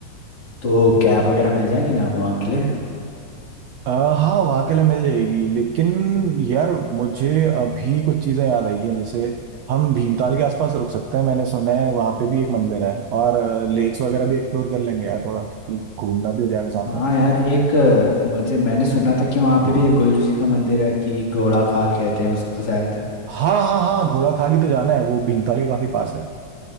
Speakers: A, on the left (about 45°); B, on the right (about 90°).
A: तो कैब वगैरह मिल जाएगी ना हमें वहाँ के लिए
B: अ, हाँ वहाँ के लिए मिल जाएगी लेकिन यार मुझे अभी कुछ चीज़ें याद आई हैं जैसे हम भीमताल के आसपास रुक सकते हैं मैंने सुना है वहाँ पे भी एक मंदिर है और लेक्स वगैरह भी एक्सप्लोर कर लेंगे यार थोड़ा क्योंकि घूमना भी हो जाएगा साथ
A: हाँ
B: में
A: यार एक अ, मुझे मैंने सुना था कि वहाँ पे भी एक गुलजू जी का मंदिर है कि घोड़ा खाल कहते हैं उसको शायद
B: हाँ हाँ हाँ घोड़ाखाली तो जाना है वो भीमताल के काफ़ी पास है